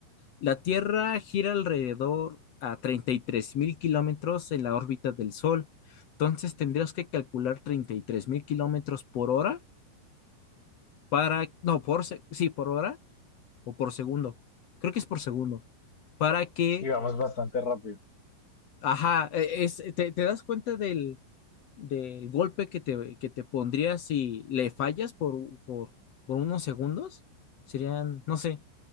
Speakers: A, on the left (about 70°); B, on the left (about 20°).
A: La Tierra gira alrededor a treinta y tres mil kilómetros en la órbita del Sol. Entonces tendrías que calcular treinta y tres mil kilómetros por hora para, no, por, se- sí, por hora o por segundo. Creo que es por segundo. Para que,
B: sí, vamos bastante rápido.
A: ajá, e- es, te, te das cuenta del, del golpe que te, que te pondría si le fallas por, por, por unos segundos. Serían, no sé.